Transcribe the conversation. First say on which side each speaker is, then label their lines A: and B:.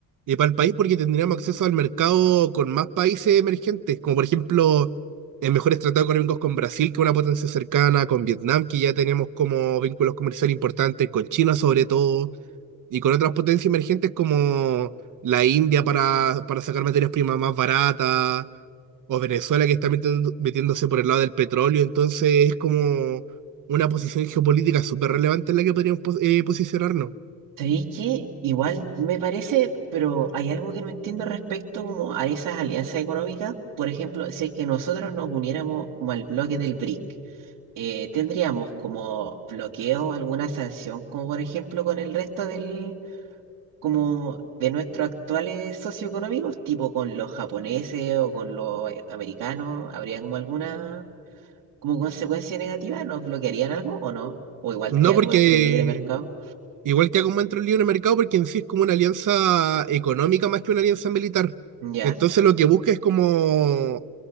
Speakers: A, on the right; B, on the right.
A: eh, para el país porque tendríamos acceso al mercado con más países emergentes, como por ejemplo eh, mejores tratados económicos con Brasil, que es una potencia cercana, con Vietnam, que ya tenemos como vínculos comerciales importantes, con China sobre todo. Y con otras potencias emergentes como la India para, para sacar materias primas más baratas, o Venezuela que está metiendo- metiéndose por el lado del petróleo. Entonces es como una posición geopolítica súper relevante en la que podríamos pos- eh, posicionarnos.
B: ¿Sabéis qué? Igual me parece, pero hay algo que no entiendo respecto como a esas alianzas económicas. Por ejemplo, si es que nosotros nos uniéramos como al bloque del BRIC. eh, tendríamos como bloqueo alguna sanción, como por ejemplo con el resto del, como de nuestros actuales socioeconómicos, tipo con los japoneses o con los eh, americanos, ¿habría como alguna como consecuencia negativa? ¿Nos bloquearían algo o no? O igual
A: No
B: queda
A: porque
B: como dentro del libre mercado.
A: Igual que haga un el lío en el mercado, porque en sí es como una alianza económica más que una alianza militar.
B: Ya,
A: Entonces lo que busca es como